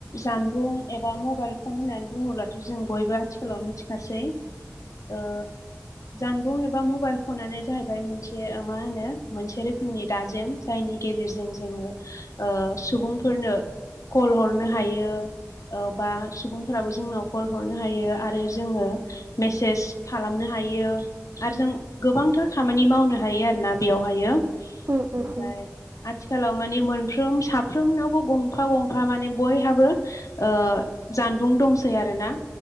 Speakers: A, on the left; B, on the right.
A: जानबुं एबा मबाइल फन होननानै बुङोब्लाथ' जों बयबो आथिखालाव मिथिखासै ओ जानबुं एबा मबाइल फनानो जाहैबाय मोनसे मा होनो मोनसे रोखोमनि दाजेम जायनि गेजेरजों जोङो। ओ सुबुंफोरनो कल हरनो हायो ओ बा सुबुं फोराबो जोंनाव कल हरनो हायो। आरो जोङो मेसेज खालामनो हायो। आरो जों गोबांथार खामानि मावनो हायो। आरोना बेयावहायो।
B: उम उम
A: ओमफ्राय
B: उम
A: आथिखालाव माने मोनफ्रोम साफ्रोमनावबो गंफा गंफा माने बयहाबो ओ जानबुं दंसै आरोना